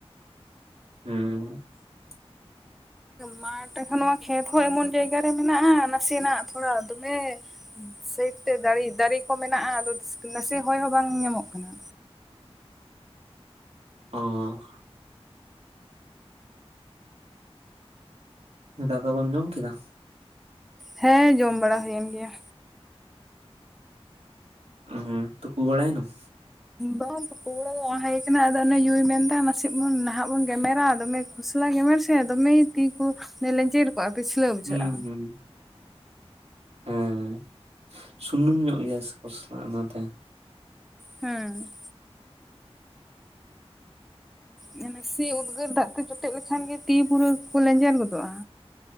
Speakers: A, on the right; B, in the centre.
A: ᱦᱮᱸ <inaudible>
B: ᱢᱟ ᱴᱷᱟᱱ ᱱᱚᱣᱟ ᱠᱷᱮᱛ ᱦᱚᱸ ᱮᱢᱚᱱ ᱡᱟᱭᱜᱟ ᱨᱮ ᱢᱮᱱᱟᱜᱼᱟ ᱱᱟᱥᱮᱱᱟᱜ ᱛᱷᱚᱲᱟ ᱫᱚᱢᱮ ᱥᱟᱭᱤᱰ ᱛᱮ ᱫᱟᱨᱮ ᱫᱟᱨᱮ ᱠᱚ ᱢᱮᱱᱟᱜᱼᱟ᱾ ᱱᱟᱥᱮ ᱦᱚᱭ ᱦᱚᱸ ᱵᱟᱝ ᱧᱟᱢᱚᱜ ᱠᱟᱱᱟ᱾
A: <inaudible> ᱚ ᱫᱟᱠᱟ ᱠᱚᱢ ᱡᱚᱢ ᱠᱮᱫᱟ?
B: ᱦᱮᱸ ᱡᱚᱢ ᱵᱟᱲᱟ ᱦᱩᱭᱮᱱ ᱜᱮᱭᱟ᱾
A: ᱦᱮᱸ ᱛᱩᱯᱩ ᱵᱟᱲᱟᱭᱮᱱᱟᱢ?
B: ᱵᱟᱝ ᱛᱩᱯᱩᱲᱟ ᱫᱚ ᱵᱟᱝ ᱦ ᱟᱠᱟᱱᱟ ᱟᱫᱚ ᱚᱱᱮ ᱭᱩᱭ ᱢᱮᱱᱫᱟ ᱱᱟᱥᱮ ᱵᱚᱱ ᱱᱟᱦᱟᱜ ᱵᱚᱱ ᱜᱮᱢᱮᱨᱟ ᱫᱚᱢᱮ ᱠᱷᱥᱟᱞᱟᱜ ᱜᱮᱢᱮᱨ ᱥᱮ ᱫᱚᱢᱮ ᱛᱤ ᱠᱚ ᱞᱮᱧᱡᱮᱨ ᱠᱚᱜᱼᱟ ᱯᱤᱪᱷᱞᱟᱹᱣ ᱵᱩᱡᱷᱟᱹᱜᱼᱟ᱾
A: ᱦᱩᱸ ᱦᱩᱸ ᱦᱮᱸ ᱥᱩᱱᱩᱢ ᱧᱚᱜ ᱜᱮᱭᱟ ᱥᱮ ᱠᱚᱥᱞᱟ ᱚᱱᱟᱛᱮ
B: ᱦᱮᱸ ᱢᱟᱱᱮ ᱥᱮ ᱩᱫᱽᱜᱟᱹᱨ ᱫᱟᱜ ᱛᱮ ᱡᱚᱴᱮᱫ ᱞᱮᱠᱷᱟᱱ ᱜᱮ ᱛᱤᱯᱩᱨᱟᱹ ᱠᱚ ᱞᱮᱸᱡᱮᱨ ᱜᱚᱫᱚᱜᱼᱟ᱾